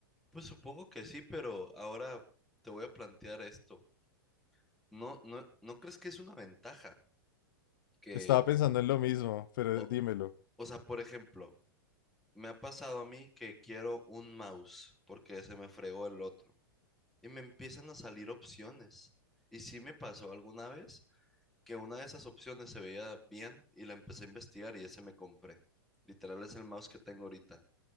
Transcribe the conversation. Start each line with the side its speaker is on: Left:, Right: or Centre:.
Centre: Pues supongo que sí, pero ahora te voy a plantear esto. ¿No, no, no crees que es una ventaja? Que,
Left: Estaba pensando en lo mismo, pero
Centre: o,
Left: dímelo.
Centre: o sea, por ejemplo, me ha pasado a mí que quiero un mouse porque se me fregó el otro. y me empiezan a salir opciones. Y sí me pasó alguna vez que una de esas opciones se veía bien y la empecé a investigar y ese me compré. Literal es el mouse que tengo ahorita.